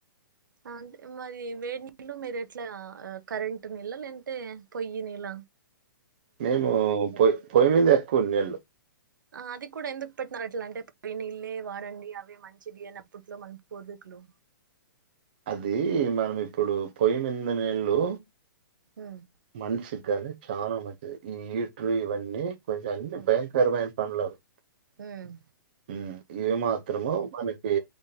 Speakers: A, on the right (about 65°); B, on the right (about 30°).
A: అంటే మరి వేడి నీళ్ళు మీరు ఎట్లా కరెంట్ నీళ్ళ లేందంటే పొయ్యి నీళ
B: మేము పొయ్యి పొయ్యి మీద ఎక్కువ నీళ్ళు
A: ఆ అది కూడా ఎందుకు పెట్టినరట్లా అంటే పొయ్యి నీళ్ళే వాడండి అవే మంచిది అనప్పట్లో మన కోదు హలో
B: అదీ మనం ఇప్పుడు పొయ్యిమీంద నీళ్ళు
A: ఉమ్
B: మనుషిగానీ చాలా మంచిది ఈ హీటరు ఇవన్నీ కొంచెం అన్ని
A: ఉమ్
B: భయంకరమైన పనులవి
A: ఉమ్
B: ఉమ్ ఇవి మాత్రము మనకి